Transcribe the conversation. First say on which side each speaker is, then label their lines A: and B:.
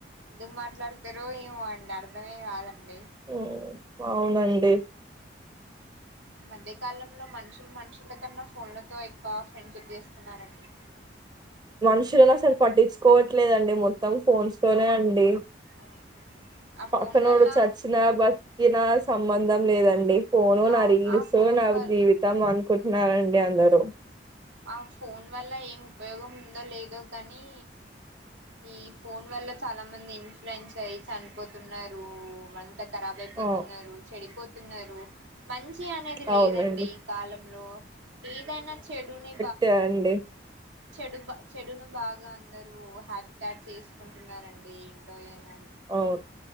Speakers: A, on the right; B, on the right.
A: ఎందుకు మాట్లాడు తారో ఏమో అండి అర్ దమే కాదం డి
B: ఉమ్ అవునండి
A: మధ్య కాలంలో మనుషులు మనుషుల కన్నా ఫోన్లతో ఎక్కువ ఫ్రెండ్షిప్ జేస్తున్నారండి.
B: మనుషులను అసలు పట్టించుకోవట్లేదండి మొత్తం ఫోన్స్ తోనే అండి.
A: అవును ఆ
B: పక్కనోడు
A: ఫోన్ వల్ల
B: చచ్చినా బత్కినా సంబంధం లేదండి ఫోను
A: ఆ
B: నా రీల్స్
A: ఆ ఫోన్
B: నా
A: వల్
B: జీవితం అ కుట్నారండి అందరూ
A: ఆ ఫోన్ వల్ల ఏం ఉపయోగం ఉందో లేదో కానీ ఈ ఫోన్ వల్ల చాలా మంది ఇన్ఫ్లుయన్స్ అయ్యి చనిపోతున్నారు వంట క ఖరాబ్ అయిపోతున్నారు
B: ఆ
A: చెడిపోతున్నారు మం చి అనేది లేదండి
B: అవునండి
A: ఈ కాలం లో ఏదైనా చెడుని
B: టే అండి
A: చెడు బ చెడును బాగా అందరు హ్యాబిటాట్ చేసుకుంటున్నారండి ఇంటో ఏమో
B: అవును